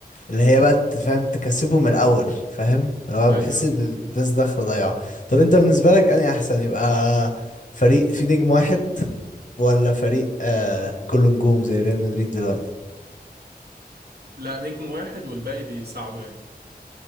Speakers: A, on the left; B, on the right.
A: اللي هي بقى تفهم تكسبه من الاول فاهم اللي هو
B: ايوه
A: بحس ان الناس داخله ضايعه طب انت بالنسبه لك انهي احسن يبقى فريق فيه نجم واحد ولا فريق آه كله نجوم زي ريال مدريد دلوقتي
B: لا نجم واحد والباقي بيساعده يعني